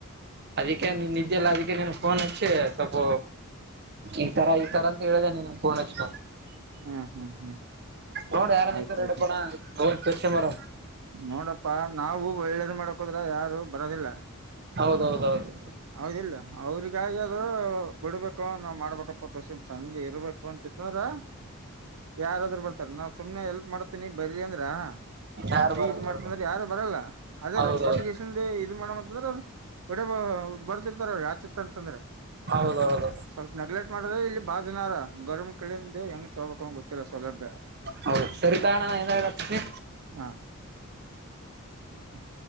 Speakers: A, on the right; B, on the right.
A: ಅದಕ್ಕೆ ನೀನ್ ಇದ್ದಿಯಲ್ಲ ಅದಕ್ಕೆ ನಿನಗ್ ಪೋನ್ ಹಚ್ಚಿ ಸ್ವಲ್ಪ್ ಈತರ ಈತರ ಅಂತ ಹೇಳಿದೆ ನೀನು ಪೋನ್ ಹಚ್ಚದ.
B: ಹ್ಮ್ ಹ್ಮ್ ಹ್ಮ್
A: ನೋಡು ಯಾರದ್ರೂ
B: ಆಯ್ತಾಯ್ತು
A: ಇದ್ರೆ‌ ಇಡ್ಕೊಡ ಓಲ್ಡ್ ಕಾಸ್ಟಮರ.
B: ನೋಡಪ್ಪಾ ನಾವು ಒಳ್ಳೇದ್ ಮಾಡಕೊದ್ರೆ ಯಾರು ಬರೋದಿಲ್ಲ.
A: ಹೌದೌದೌದು
B: ಹೌದ್ ಇಲ್ಲೊ ಅವ್ರಿಗಾಗಿ ಅದು ಬಿಡ್ಬೇಕು ನಾವ್ ಮಾಡ್ಬೇಕಪ್ಪ ತೋಸು ಚಂದ್ ಇರ್ಬೇಕು ಅಂತಿತ್ತಂದ್ರೆ. ಯಾರಾದ್ರು ಬರ್ತಾರೆ ನಾವು ಸುಮ್ನೆ ಎಲ್ಪ್ ಮಾಡತೀನಿ ಬರ್ರಿ ಅಂದ್ರೆ
A: ಯಾರು
B: ಫ್ರೀ
A: ಬರಲ್ಲ
B: ಇದ್ ಮಾಡ್ತಿನಂದ್ರೆ
A: ಬರಲ್ಲ
B: ಯಾರು ಬರಲ್ಲ ಅದೇ
A: ಹೌದೌದು
B: ರೊಕ್ ಕೊಟ್ ಇದು ಮಾಡಮ್ ಅಂತ ಅಂದ್ರೆ ರ ಹೊಟ ಬರ್ತಿರ್ತಾರೆ ಆಚಿತ್ತ್ ಅಂತಂದ್ರೆ.
A: ಹೌದೌದು
B: ಸ್ವಲ್ಪ ನೆಗ್ಲೆಕ್ಟ್ ಮಾಡವ್ರೆ ಇಲ್ಲಿ ಬಾಳ ಜನ ಅರ ಗೌರ್ಮಂಟ್ ಕಡೆ ಇಂದ ಹೆಂಗ್ ತಗೋಬೇಕ್ ಅಂತ ಗೊತ್ತಿಲ್ಲ ಸೌಲಭ್ಯ.
A: ಹೌದು ಸರಿ ತಗಣ್ಣ ಏನೋ ಹಚ್ತೀನಿ
B: ಹಾ ಹ್ಮ್